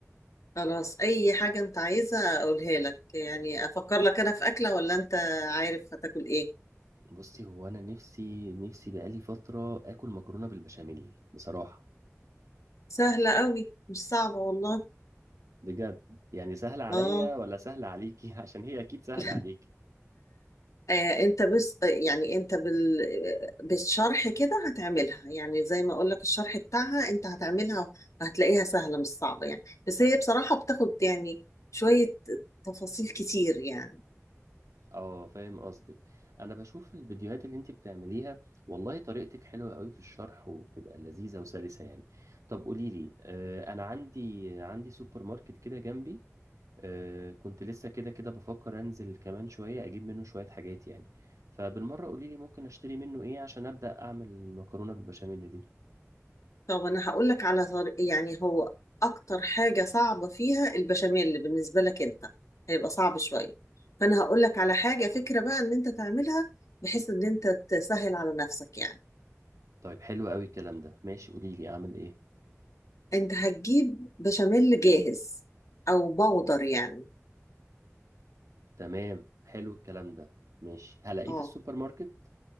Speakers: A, on the left (about 75°); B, on the right (about 80°).
A: خلاص اي حاجة انت عايزة اقولها لك يعني افكر لك انا في اكلة ولا انت عارف هتاكل ايه
B: بصي هو انا نفسي نفسي بقالي فتره اكل مكرونه بالبشاميل بصراحه
A: سهلة قوي مش صعبة والله
B: بجد يعني سهله عليا
A: اه
B: ولا سهله عليكي <laughs> عشان هي اكيد سهله
A: <laughs>
B: عليكي
A: آه، انت بس يعني انت بال... بالشرح كده هتعملها يعني زي ما اقول لك الشرح بتاعها انت هتعملها هتلاقيها سهلة مش صعبة يعني بس هي بصراحة بتاخد يعني شوية تفاصيل كتير يعني
B: اه فاهم قصدك انا بشوف الفيديوهات اللي انت بتعمليها والله طريقتك حلوة قوي في الشرح وبتبقى لذيذة وسلسة يعني طب قولي لي آه انا عندي عندي سوبر ماركت كده جنبي آه كنت لسه كده كده بفكر انزل كمان شوية اجيب منه شوية حاجات يعني فبالمرة قولي لي ممكن اشتري منه ايه عشان ابدأ اعمل المكرونة بالبشاميل دي
A: طب انا هقول لك على طريق يعني هو اكتر حاجه صعبه فيها البشاميل اللي بالنسبه لك انت هيبقى صعب شويه فانا هقول لك على حاجه فكره بقى ان انت تعملها بحيث ان انت تسهل على نفسك يعني
B: طيب حلو قوي الكلام ده ماشي قولي لي اعمل ايه
A: انت هتجيب بشاميل جاهز او بودر يعني
B: تمام حلو الكلام ده ماشي هلاقيه
A: اه
B: في السوبر ماركت